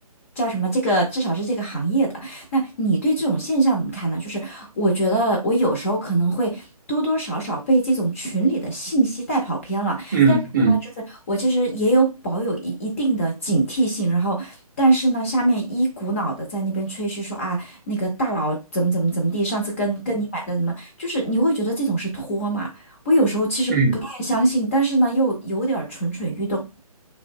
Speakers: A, on the left (about 20°); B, on the right (about 30°).
A: 叫什么这个至少是这个行业的，那你对这种现象怎么看呢？就是我觉得我有时候可能会多多少少被这种群里的信息带跑偏了，
B: 嗯嗯
A: 但是啊，就是我其实也有保有一一定的警惕性，然后但是呢，下面一股脑的在那边吹嘘说啊，那个大佬怎么怎么怎么地，上次跟跟你买的怎么，就是你会觉得这种是托嘛？我有时候其实不太相信，
B: 嗯，
A: 但是呢，又有点儿蠢蠢欲动，